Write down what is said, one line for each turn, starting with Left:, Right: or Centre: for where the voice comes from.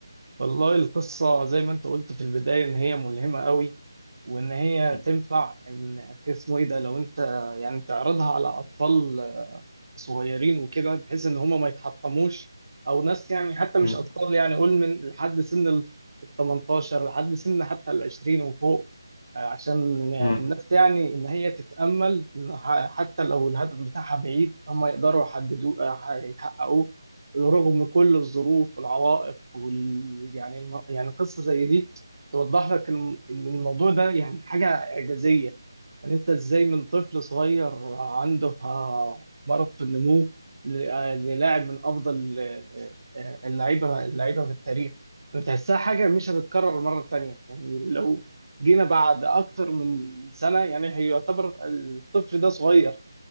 Right: والله القصة زي ما انت قلت في البداية ان هي ملهمة قوي وان هي
Left: مم.
Right: تنفع ان اسمه ايه ده لو انت يعني تعرضها على اطفال صغيرين وكده بحيث ان هم ما يتحطموش او ناس يعني حتى مش
Left: مم.
Right: اطفال يعني قول من لحد سن ال ال 18 لحد سن حتى ال 20 وفوق آه، عشان الناس
Left: مم.
Right: يعني ان هي تتامل إن ح- حتى لو الهدف بتاعها بعيد هم يقدروا يحددوه آه، ح- يحققوه رغم كل الظروف والعوائق وال يعني الم... يعني قصه زي دي توضح لك الم- ان الموضوع ده يعني حاجه اعجازيه يعني انت ازاي من طفل صغير عنده آه، مرض في النمو ل- آه، للاعب من افضل آه، آه، اللعيبه اللعيبه في التاريخ بتحسها حاجه مش هتتكرر مره تانية يعني لو جينا بعد اكتر من سنه يعني هي يعتبر الطفل ده صغير